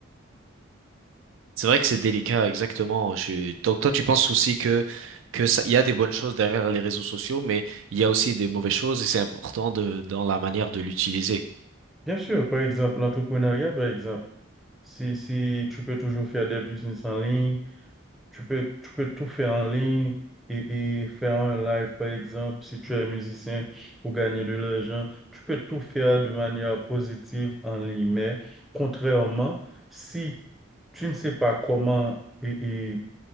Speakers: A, on the right (about 65°); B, in the centre.
A: C'est vrai que c'est délicat, exactement. Je- Donc toi, tu penses aussi que que ça, il y a des bonnes choses derrière les réseaux sociaux, mais il y a aussi des mauvaises choses et c'est important de, dans la manière de l'utiliser.
B: Bien sûr, par exemple, l'entrepreneuriat, par exemple, si, si tu peux toujours faire des business en ligne, Tu peux, tu peux tout faire en ligne et, et faire un live, par exemple, si tu es musicien pour gagner de l'argent. Tu peux tout faire de manière positive en ligne. Mais contrairement, si tu ne sais pas comment et, et